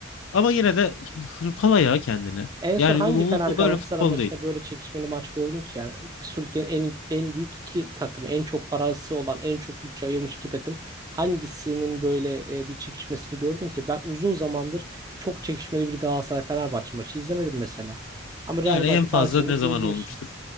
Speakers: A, on the left (about 70°); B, on the right (about 20°).
A: ama yine de hırpala ya kendini.
B: En
A: Yani
B: son hangi
A: bu
B: Fener
A: bu
B: Galatasaray
A: böyle futbol
B: maçında
A: değil.
B: böyle çekişmeli maç gördün ki? Yani Türkiye'nin en, en büyük iki takımı, en çok parası olan, en çok bütçe ayırmış iki takım hangisinin böyle e, bir çekişmesini gördün ki? Ben uzun zamandır çok çekişmeli bir Galatasaray-Fenerbahçe maçı izlemedim mesela. Ama Real
A: Yani
B: Madrid
A: en fazla
B: Barcelona
A: ne
B: izleyebiliyorsun.
A: zaman olmuştur?